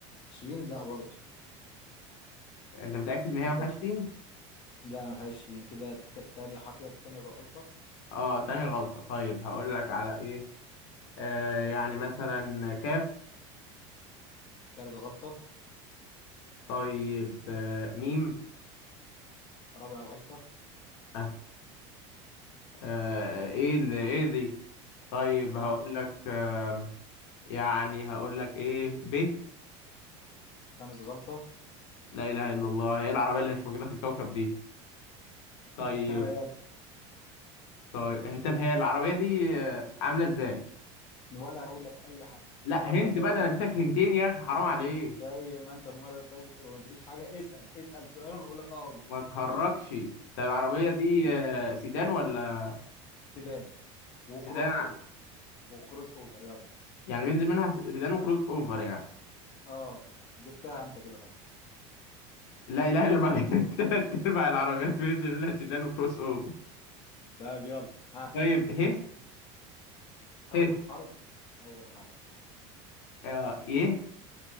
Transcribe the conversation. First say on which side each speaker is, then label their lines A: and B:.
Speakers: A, on the left (about 35°); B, on the left (about 75°).
A: شين لا برضو
B: انت متأكد ان هي
A: كده
B: ما فيهاش تين
A: لا ما فيهاش شين كده ت- تاني حاجة كده تاني غلطة
B: اه تاني غلطة طيب هقول لك
A: يلا
B: على ايه آه يعني مثلا كاف
A: تالت غلطة
B: طيب آه ميم
A: رابع غلطة
B: آه، آه، ايه اللي ايه دي طيب هقول
A: ها
B: لك آم، يعني هقول لك ايه ب
A: خامس غلطة
B: لا اله الا الله هي العربيه اللي مش موجوده في الكوكب دي
A: <laughs>
B: طيب
A: ها يلا
B: طيب طب هي العربيه دي آه، عامله ازاي
A: ولا هقول لك اي حاجة
B: لا
A: ولا
B: هنت
A: هقول لك زي
B: بقى
A: ما
B: ده
A: انت
B: انا اديتك هنتين يا اخي حرام عليك
A: زي ما انت المرة اللي فاتت وما قلتليش حاجة اسأل اسأل سؤال وانا اقول لك اه ولا
B: ما تهركش طب العربيه
A: اسأل
B: دي
A: سؤال
B: آه، سيدان ولا
A: سيدان وكروس
B: سيدان ع-
A: اوفر وكروس اوفر يلا
B: يعني بينزل منها س- سيدان وكروس اوفر يعني
A: اه جبتها انت كده خلاص
B: لا اله الا الله <laughs> تلات ارباع العربيات بينزل منها سيدان وكروس اوفر
A: طيب يلا ها
B: طيب ه
A: اول
B: ه
A: حرف اول حرف
B: اه يه